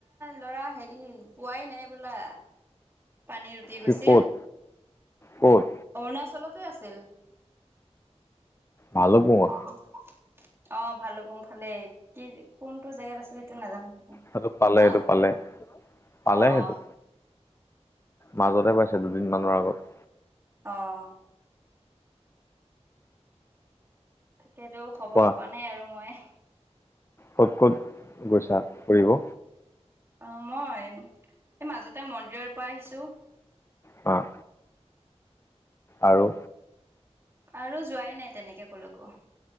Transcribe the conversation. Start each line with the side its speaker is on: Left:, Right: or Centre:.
Right: ল'ৰা হেৰি পোৱাই নাই বোলে। পানীত উটি গৈছিল।
Left: কি ক'ত ক'ত?
Right: অৰুণাচলতে আছিল।
Left: ভালোকপুংঙত।
Right: ভালোকপুংঙত? অ' ভালোকপুংঙ ফালে। কি কোনটো জেগাত আছিল সেইটো নাজানোঁ মানে,
Left: সেইটো পালে
Right: হা?
Left: সেইটো পালে পালে
Right: অ',
Left: সেইটো?
Right: অ',
Left: মাজতে পাইছে দুদিন মানৰ আগত।
Right: অ' তাকেতো খবৰ
Left: কোৱা
Right: পোৱা নাই আৰু মই।
Left: ক'ত ক'ত গৈছা ফুৰিব?
Right: অ' মই এই মাজতে মন্দিৰৰ পৰা আহিছোঁ।
Left: অ' আৰু
Right: আৰু যোৱাই নাই তেনেকে ক'লৈকো,